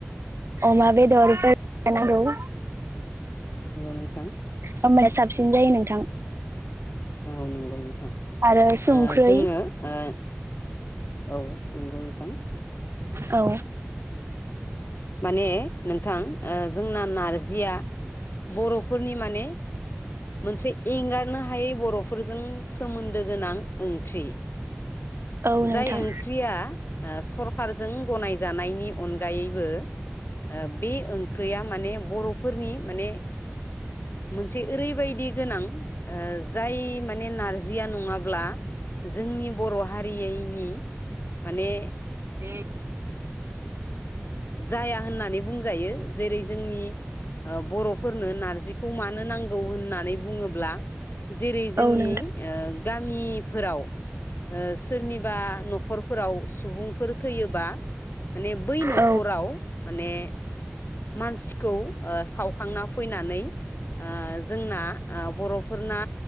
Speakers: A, on the right (about 80°); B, on the left (about 60°).
A: अमा बेदरफोर होफानांगौ
B: नंगौं नोंथां
A: होमबाना साबसिन जायो नोंथां
B: औ नंगौ नोंथां
A: आरो संख्रै
B: ओ जोङो ओ औ नंगौ नोंथां
A: औ
B: माने नोंथां ओ जोंना नारजिया बर'फोरनि माने मोनसे एंगार बुंनो हायै बर'फोरजों सोमोन्दो गोनां ओंख्रि
A: औ
B: जाय
A: नोंथां
B: ओंख्रिया ओ सरखारजों गनायजानायनि अनगायैबो ओ बे ओंख्रिया माने बर'फोरनि माने मोनसे ओरैबायदि गोनां ओ जाय माने नारजिया नङाब्ला जोंनि बर' हारियैनि माने
A: <unintelligible>
B: जाया होननानै बुंजायो जेरै जोंनि ओ बर' फोरनो नारजिखौ मानो नांगौ होन नानै बुङोब्ला जेरै जोंनि
A: औ नोंथां
B: ओ गामिफोराव ओ सोरनिबा न खरफोराव सुबुंफोर थैयोबा माने नखराव
A: औ
B: माने मानसिखौ ओ सावखांना फैनानै ओ जोंना आ बर'फोरना